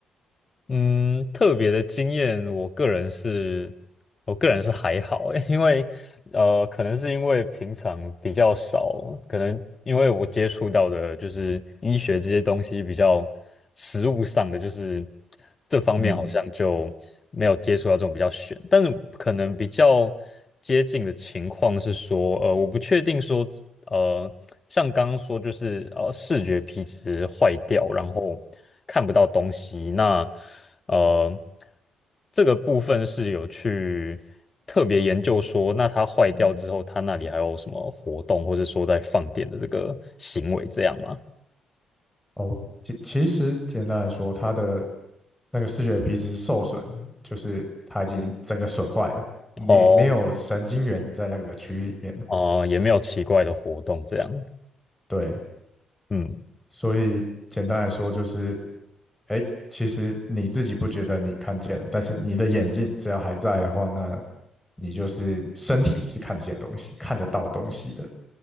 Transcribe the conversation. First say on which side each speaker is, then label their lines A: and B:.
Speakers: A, on the left (about 30°); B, in the centre.
A: 嗯，特别的经验，我个人是，我个人是还好欸，因为呃，可能是因为平常比较少，可能因为我接触到的就是医学这些东西比较实物上的，就是这方面好像就没有接触到这种比较悬，
B: 嗯
A: 但是可能比较接近的情况是说，呃，我不确定说，呃，像刚刚说就是呃视觉皮质坏掉，然后看不到东西，那。呃，这个部分是有去特别研究说，那它坏掉之后，它那里还有什么活动，或者说在放电的这个行为这样吗？
B: 哦，其其实简单来说，它的那个视觉皮质受损，就是它已经整个损坏了，没没有神经元在那个区域里面了。
A: 哦，哦、也没有奇怪的活动这样，
B: 对，
A: 嗯。
B: 所以简单来说就是，哎，其实你自己不觉得你看见了，但是你的眼睛只要还在的话，那你就是身体是看得见东西，看得到东西的。